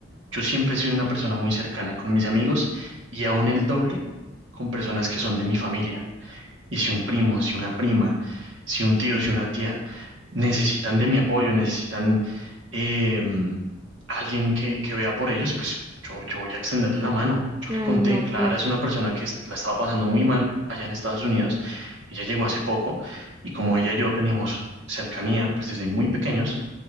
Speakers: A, on the right; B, on the right.
A: yo siempre he sido una persona muy cercana con mis amigos y aún el doble con personas que son de mi familia. Y si un primo, si una prima, si un tío, si una tía. necesitan de mi apoyo, necesitan eh, alguien que, que vea por ellos, pues yo, yo voy a extenderle la mano. Yo
B: Ay,
A: le conté,
B: no,
A: Clara
B: pues,
A: es una persona que es- la estaba pasando muy mal allá en Estados Unidos, ella llegó hace poco y como ella y yo teníamos cercanía, pues desde muy pequeños,